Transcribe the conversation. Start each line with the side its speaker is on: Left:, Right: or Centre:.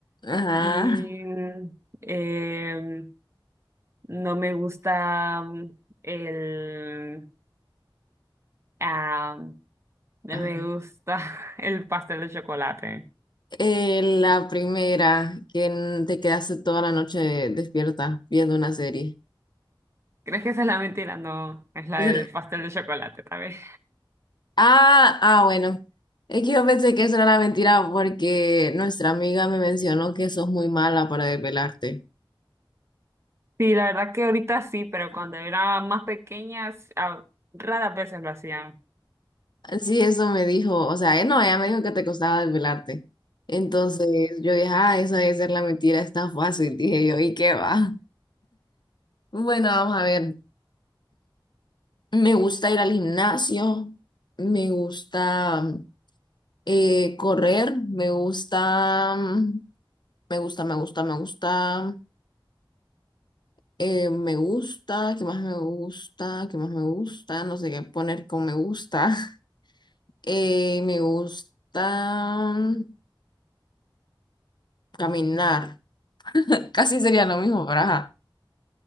Left: ajá.
Right: Y mm, eh, no me gusta mm, el... ah, no
Left: ajá.
Right: me gusta <laughs> el pastel de chocolate.
Left: Eh, la primera, que te quedaste toda la noche despierta viendo una serie.
Right: ¿Crees que esa es la mentira? No, es la
Left: Esa-
Right: del pastel de chocolate, tal vez.
Left: Ah, ah, bueno. Es que yo pensé que eso era la mentira porque nuestra amiga me mencionó que sos muy mala para desvelarte.
Right: Sí, la verdad que ahorita sí, pero cuando era más pequeña, s- ah, raras veces lo hacía.
Left: Sí, eso me dijo, o sea, eh, no, ella me dijo que te costaba desvelarte. Entonces yo dije, ah, eso debe ser la mentira, está fácil, dije yo, ¿y qué va? Bueno, vamos a ver. Me gusta ir al gimnasio, me gusta mm, eh, correr, me gusta, mm, me gusta, me gusta, me gusta, eh, me gusta, ¿qué más me gusta? ¿Qué más me gusta? No sé qué poner con me gusta. <laughs> Eh, me gusta mm, caminar. <laughs> Casi sería lo mismo, pero ajá.